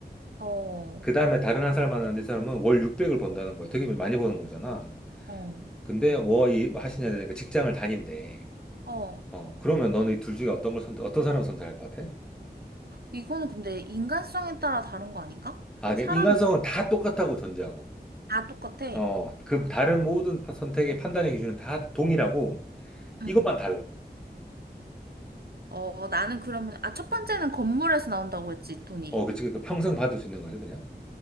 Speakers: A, on the right; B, in the centre.
A: 어,
B: 그 다음에 다른 한 사람 만났는데 이 사람은 월 600을 번다는 거야. 되게 많이 버는 거잖아.
A: 어,
B: 근데 뭐 이- 하시냐 하니까 직장을 다닌대.
A: 어.
B: 어, 그러면 너는 이 둘 중에 어떤 걸 선택, 어떤 사람을 선택할 것 같아?
A: 이거는 근데 인간성에 따라 다른 거 아닌가?
B: 아, 그
A: 사람이
B: 인간성은
A: 없-
B: 다 똑같다고 전제하고.
A: 다 똑같아.
B: 어, 그 다른 모든 파- 선택의 판단의 기준은 다 동일하고
A: 응.
B: 이것만 달라.
A: 어, 나는 그러면, 아, 첫 번째는 건물에서 나온다고 했지, 돈이.
B: 어, 그치. 그러니까 평생 받을 수 있는 거지, 그냥.